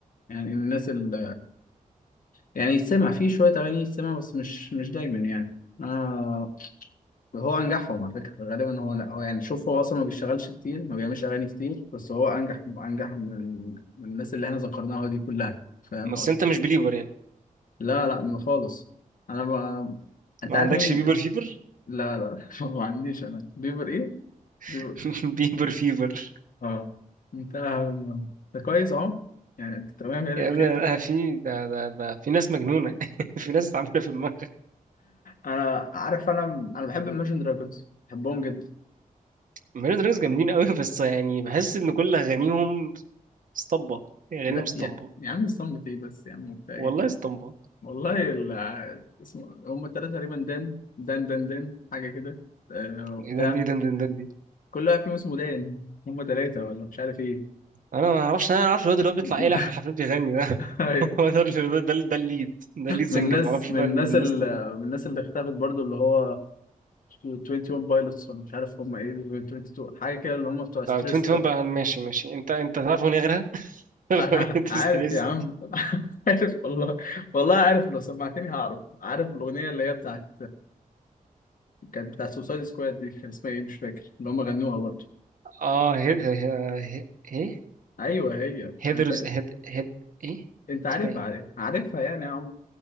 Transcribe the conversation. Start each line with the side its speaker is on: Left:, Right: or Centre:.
Left: يعني الناس ال يعني يتسمع فيه شوية أغاني يتسمع بس مش مش دايما يعني أنا هو انجحهم على فكره غالبا هو هو يعني شوف هو اصلا ما بيشتغلش كتير ما بيعملش اغاني كتير بس هو انجح انجح من ال- من الناس اللي احنا ذكرناها دي كلها فاهم
Right: بس
Left: قصدي؟
Right: انت مش بليبر يعني
Left: لا لا ما خالص انا ما... انت
Right: ما
Left: عارف
Right: عندكش
Left: مين
Right: بيبر فيبر
Left: لا لا <laughs> ما عنديش انا بيبر ايه بيبر
Right: <laughs> بيبر فيبر
Left: اه انت انت كويس اهو يعني انت تمام يعني
Right: يا
Left: بخير
Right: ابني أنا
Left: <laughs>
Right: في ده ده ده في ناس مجنونة <laughs> في ناس عاملة في دماغها
Left: انا عارف انا انا بحب Imagine Dragons بحبهم جدا
Right: ميلو دراكس جامدين قوي بس يعني بحس إن كل أغانيهم اسطمبة يعني أغانيهم
Left: لا
Right: اسطمبة
Left: يعني يا عم صمت ايه بس يا عم وبتاع ايه
Right: والله اسطمبة
Left: والله ال... اسمه هم التلاتة تقريبا دان دان دان دان حاجة كده آه وبتاع
Right: إيه ده إيه ده إيه ده إيه ده دي
Left: كل واحد فيهم اسمه دان هم تلاتة ولا مش عارف ايه
Right: أنا ما أعرفش أنا أعرفش الواد اللي هو بيطلع
Left: <laughs>
Right: يلعب في الحفلات بيغني ده
Left: أيوة.
Right: <laughs> هو ده اللي- ده ده ده الليد ده الليد سنجر
Left: من الناس
Right: ما أعرفش
Left: من
Right: بقى
Left: الناس
Right: من الناس
Left: اللي
Right: التانية
Left: من الناس اللي اختفت برضو اللي هو 21 بايلوتس ولا مش عارف هم ايه دول، 22 حاجة كده اللي هم بتوع
Right: طب
Left: ستريس
Right: 21
Left: ده
Right: بقى ماشي ماشي أنت أنت تعرف أغنية غيرها؟
Left: <laughs>
Right: <laughs>
Left: انا
Right: أنت
Left: عارف
Right: ستريس
Left: يا عم <laughs> عارف والله والله عارف لو سمعتني هعرف عارف الأغنية اللي هي بتاعت كانت بتاعت سوسايد سكواد دي كان اسمها ايه مش فاكر اللي هم غنوها برضو
Right: آه هيد هي- هي- إيه
Left: ايوه هي
Right: هيدرز
Left: ما انت
Right: هيد هيد إيه
Left: انت عارفها
Right: اسمها إيه
Left: عارف عارفها يعني يا عمر